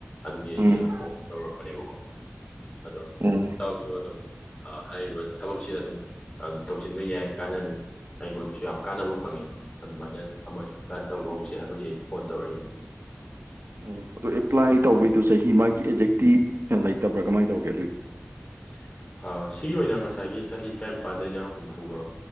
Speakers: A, on the left (about 30°); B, on the right (about 75°).
A: ꯑꯗꯨꯒꯤ ꯑꯩꯁꯦ
B: ꯎꯝ
A: ꯐꯣꯟ ꯇꯧꯔꯛꯄꯅꯦꯕꯀꯣ ꯑꯗꯣ
B: ꯎꯝ
A: ꯏꯇꯥꯎꯁꯨ ꯑꯗꯨꯝ ꯍꯥꯏꯔꯤꯕ ꯊꯕꯛꯁꯤꯗ ꯑꯗꯨꯝ ꯇꯧꯁꯤꯟꯕ ꯌꯥꯏ ꯀꯥꯟꯅꯅꯤ ꯑꯩꯉꯣꯟꯗꯁꯨ ꯌꯥꯝ ꯀꯥꯟꯅꯕ ꯐꯪꯉꯦ ꯑꯗꯨꯃꯥꯏꯅ ꯑꯃ ꯇꯧꯍꯧꯁꯤ ꯍꯥꯏꯕꯒꯤ ꯑꯩ ꯐꯣꯟ ꯇꯧꯔꯛꯏꯅꯦ <unintelligible>
B: ꯑꯣ ꯑꯗꯨ ꯑꯦꯄ꯭ꯂꯥꯏ ꯇꯧꯕꯩꯗꯣ ꯆꯍꯤ ꯃꯥꯒꯤ ꯑꯦꯖꯦꯛꯇꯤ ꯂꯩꯇꯕ꯭ꯔꯥ ꯀꯃꯥꯏꯅ ꯇꯧꯒꯦ ꯑꯗꯨꯒꯤ
A: <unintelligible> ꯁꯤꯒꯤ ꯑꯣꯏꯅ ꯉꯁꯥꯏꯒꯤ ꯆꯍꯤ ꯇꯔꯥꯅꯤꯄꯥꯟꯗꯩꯅ ꯍꯨꯝꯐꯨꯒ